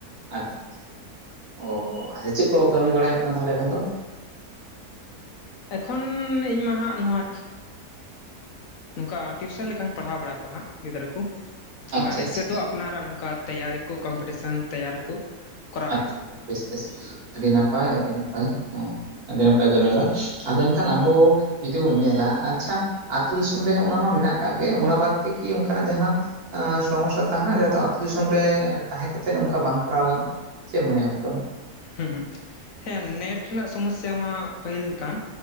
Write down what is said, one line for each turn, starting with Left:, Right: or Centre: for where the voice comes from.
Right: ᱟᱪᱪᱷᱟ ᱟᱪᱪᱷᱟ ᱚ ᱟ ᱪᱮᱫ ᱠᱚ ᱠᱟᱹᱢᱤ ᱵᱟᱲᱟᱟᱭ ᱦᱩᱭᱩᱜ ᱠᱟᱱᱟ ᱛᱟᱦᱚᱞᱮ ᱮᱠᱷᱚᱱ ᱫᱚ
Left: ᱮᱠᱷᱚᱱ ᱤᱧ ᱢᱟ ᱦᱟᱸᱜ ᱱᱚᱣᱟ ᱱᱚᱝᱠᱟ ᱴᱤᱭᱩᱥᱚᱱ ᱞᱮᱠᱟᱧ ᱯᱟᱲᱦᱟᱣ ᱵᱟᱲᱟ ᱠᱚᱣᱟ ᱦᱟᱸᱜ ᱜᱤᱫᱽᱨᱟᱹ ᱠᱚ
Right: ᱟᱪᱪᱷᱟ
Left: ᱟᱨ
Right: ᱟᱪᱪᱷᱟ
Left: ᱮᱥᱮ ᱫᱚ ᱟᱯᱱᱟᱨᱟᱜ ᱱᱚᱝᱠᱟ ᱛᱮᱭᱟᱨᱤ ᱠᱚ ᱠᱚᱢᱯᱤᱴᱤᱥᱮᱱ ᱛᱮᱭᱟᱨ ᱠᱚ ᱠᱚᱨᱟᱣ
Right: ᱟᱪᱪᱷᱟ
Left: ᱦᱩᱭᱩᱜ ᱠᱟᱱᱟ
Right: ᱵᱮᱥ ᱵᱮᱥ ᱟᱹᱰᱤ ᱱᱟᱯᱟᱭ ᱟᱹᱰᱤ ᱱᱟᱯᱟᱲ ᱯᱟᱭ ᱦᱮᱸ ᱟᱹᱰᱤ ᱱᱟᱯᱟᱭ ᱠᱟᱹᱢᱤ ᱦᱚᱨᱟ ᱟᱫᱚ ᱮᱱᱠᱷᱟᱱ ᱟᱵᱚ ᱡᱩᱫᱤ ᱵᱚᱱ ᱧᱮᱞᱟ ᱟᱪᱪᱷᱟ ᱟᱛ ᱟᱛᱩ ᱫᱤᱥᱚᱢ ᱨᱮ ᱦᱟᱸᱜ ᱚᱱᱟ ᱢᱟ ᱢᱮᱱᱟᱜ ᱟᱠᱟᱜ ᱜᱮ ᱚᱱᱟ ᱵᱟᱛ ᱛᱮᱠᱤ ᱚᱱᱠᱟᱱᱟᱜ ᱡᱟᱦᱱᱟᱜ ᱟ ᱥᱚᱢᱚᱥᱥᱟ ᱛᱟᱦᱮᱱᱟ ᱡᱟᱦᱟᱸ ᱫᱚ ᱟᱛᱩ ᱫᱤᱥᱚᱢ ᱯᱮᱻ ᱛᱟᱦᱮᱸ ᱠᱟᱛᱮᱫ ᱚᱱᱠᱟ ᱵᱟᱝ ᱠᱚᱨᱟᱣ ᱜᱟᱱᱚᱜᱼᱟ ᱪᱮᱫ ᱮᱢ ᱢᱚᱱᱮᱭᱟ ᱜᱚᱝᱠᱮ ᱟᱢ
Left: ᱦᱩᱸ ᱦᱩᱸ ᱦᱮᱸ ᱱᱮᱴ ᱨᱮᱱᱟᱜ ᱥᱚᱢᱚᱥᱥᱟ ᱢᱟ ᱯᱟᱹᱦᱤᱞ ᱠᱟᱱ